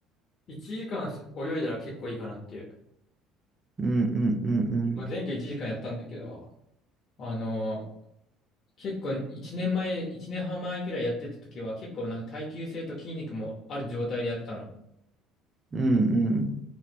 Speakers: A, on the left; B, on the right.
A: 1時間す泳いだら結構いいかなっていう。
B: うんうんうん
A: まあ、前回1時間やったんだけど、あのー結構1年前、1年半前くらいやってた時は結構なんか耐久性と筋肉もある状態でやってたの。
B: うん。うん